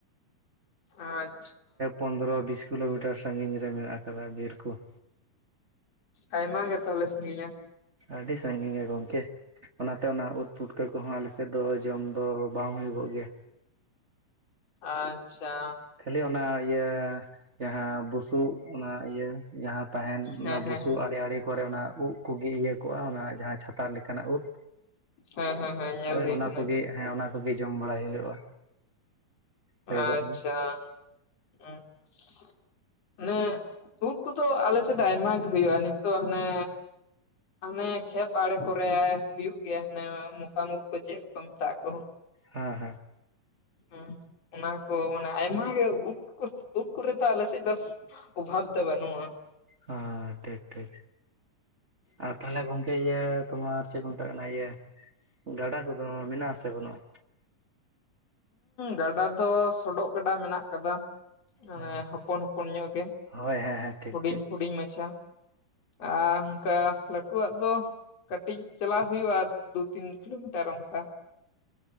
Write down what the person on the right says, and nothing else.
ᱯᱚᱱᱫᱽᱨᱚ ᱵᱤᱥ ᱠᱤᱞᱳᱢᱤᱴᱟᱨ ᱥᱟᱹᱜᱤᱧ ᱨᱮ ᱢᱮᱱᱟᱜ ᱟᱠᱟᱫᱟ ᱵᱤᱨ ᱠᱚ᱾
ᱟᱹᱰᱤ ᱥᱟᱺᱜᱤᱧ ᱜᱮᱭᱟ ᱜᱚᱢᱠᱮ ᱚᱱᱟᱛᱮ ᱚᱱᱟ ᱩᱫ ᱯᱩᱴᱠᱟᱹ ᱠᱚᱦᱚᱸ ᱟᱞᱮᱥᱮᱫ ᱫᱚ ᱡᱚᱢ ᱫᱚ ᱵᱟᱝ ᱦᱩᱭᱩᱜᱚᱜ ᱜᱮᱭᱟ᱾
ᱠᱷᱟᱹᱞᱤ ᱚᱱᱟ ᱤᱭᱟᱹ ᱡᱟᱦᱟᱸ ᱵᱩᱥᱩᱵ ᱚᱱᱟ ᱤᱭᱟᱹ ᱡᱟᱦᱟᱸᱼᱼ ᱛᱟᱦᱮᱱ ᱚᱱᱟ
ᱵᱩᱥᱩᱵ
ᱟᱲᱮ ᱟᱲᱮ ᱠᱚᱨᱮ ᱚᱱᱟ ᱩᱫᱽ ᱠᱚᱜᱮ ᱤᱭᱟᱹ ᱠᱚᱜᱼᱟ ᱚᱱᱟᱼᱼ ᱡᱟᱦᱟᱸ ᱪᱷᱟᱛᱟ ᱞᱮᱠᱟᱱᱟᱜ ᱩᱫᱽ
ᱦᱳᱭ
ᱚᱱᱟ
ᱠᱚᱜᱮᱼᱼ ᱦᱮᱸ ᱚᱱᱟ ᱠᱚᱜᱮ ᱡᱚᱢ ᱵᱟᱲᱟᱭ ᱦᱩᱭᱩᱜᱼᱟ᱾ ᱦᱩᱭᱩᱜᱚᱜ
ᱦᱮᱸ ᱦᱮᱸ᱾
ᱦᱮᱸ ᱴᱷᱤᱠ ᱴᱷᱤᱠ᱾ ᱟᱨ ᱛᱟᱦᱚᱞᱮ ᱜᱚᱝᱠᱮ ᱤᱭᱟᱹ ᱛᱳᱢᱟᱨ ᱪᱮᱫ ᱠᱚ ᱢᱮᱛᱟᱜ ᱠᱟᱱᱟ ᱤᱭᱟᱹ ᱜᱟᱰᱟ ᱠᱚᱫᱚ ᱢᱮᱱᱟᱜ ᱟᱥᱮ ᱵᱟᱹᱱᱩᱜᱼᱟ?
ᱚ
ᱦᱳᱭ ᱦᱮᱸ ᱦᱮᱸ ᱴᱷᱤᱠ
ᱴᱷᱤᱠ